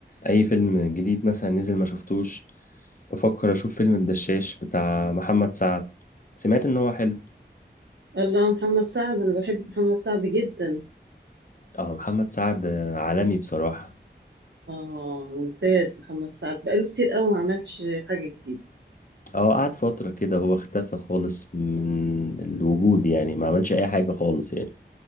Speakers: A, on the left; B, on the right.
A: اي فيلم جديد مثلا نزل ما شفتوش بفكر اشوف فيلم الدشاش بتاع محمد سعد سمعت ان هو حلو
B: الله محمد سعد انا بحب محمد سعد جدا
A: اه محمد سعد آه، عالمي بصراحة
B: اه ممتاز محمد سعد بقاله كتير قوي ما عملش حاجة جديدة
A: اه قعد فترة كده هو اختفى خالص من الوجود يعني ما عملش أي حاجة خالص يعني